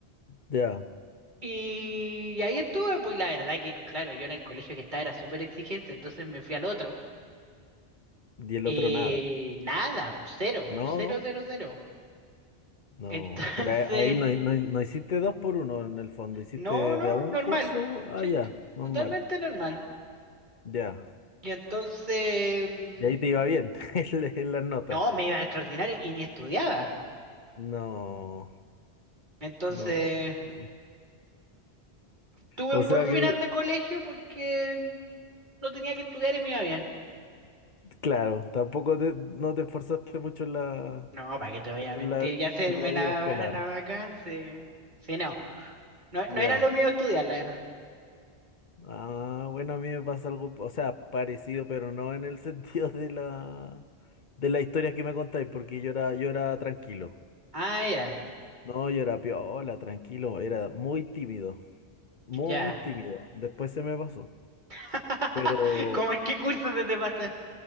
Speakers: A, on the left; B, on the right.
A: Ya.
B: Y ahí estuve, pues y la verdad que, claro, yo en el colegio que estaba era súper exigente, entonces me fui al otro.
A: Y el
B: Eh,
A: otro nada.
B: nada, pues cero,
A: No.
B: cero, cero, cero.
A: No.
B: <laughs> Entonces,
A: Pero ahí ahí no, no, no hiciste dos por uno en el fondo. Hiciste
B: no, no,
A: de a un
B: normal.
A: curso.
B: Sí,
A: Ah, ya.
B: t-
A: Normal.
B: totalmente normal.
A: Ya.
B: Y entonces, mm,
A: Y ahí te iba bien <laughs> en la- en las notas.
B: no, me iba extraordinario y ni estudiaba.
A: No.
B: Entonces,
A: No.
B: tuve
A: O
B: un
A: sea
B: buen final
A: que
B: de colegio porque mm, no tenía que estudiar y me iba bien.
A: Claro, tampoco te, no te esforzaste mucho en la,
B: No, ¿para qué te voy a
A: en
B: mentir
A: la,
B: y hacerme
A: en la vida
B: la,
A: escolar.
B: la vacancia? Sí, Sí, no, no,
A: Ya.
B: no era lo mío estudiar, la verdad.
A: Ah, bueno, a mí me pasa algo, o sea, parecido, pero no en el <laughs> sentido de la, de la historia que me contáis, porque yo era, yo era tranquilo.
B: Ah, ya,
A: No, yo era piola, tranquilo, era muy tímido, muy
B: ya.
A: tímido. Después se me pasó.
B: <laughs>
A: Pero
B: ¿Cómo en qué curso se te pasa?